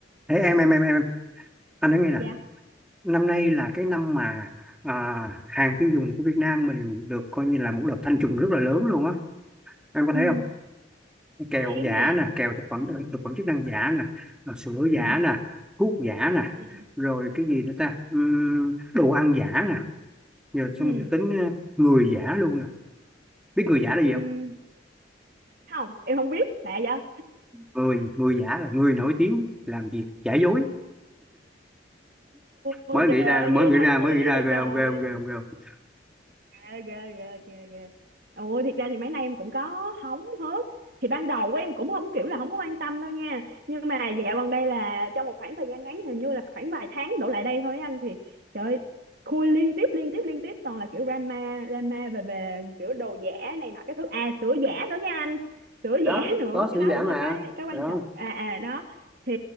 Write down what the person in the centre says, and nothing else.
Ê, em em em em anh nói nghe nè
năm nay là cái năm mà à, hàng tiêu dùng của Việt Nam mình được coi như là một đợt thanh trùng rất là lớn luôn á em có thấy
không kẹo
giả
nè kẹo thực phẩm thực phẩm chức năng giả nè rồi sữa giả
nè thuốc giả nè
rồi cái gì nữa ta Ừm, đồ ăn giả nè giờ xong
rồi tính ờ, người giả luôn nè biết người giả là
gì không
người người giả là người nổi tiếng làm việc giả dối
mới
nghĩ
ra mới
nghĩ
ra
mới nghĩ ra
ghê
không ghê không ghê không ghê không
Thì đó
có
sữa
giả
mà
đó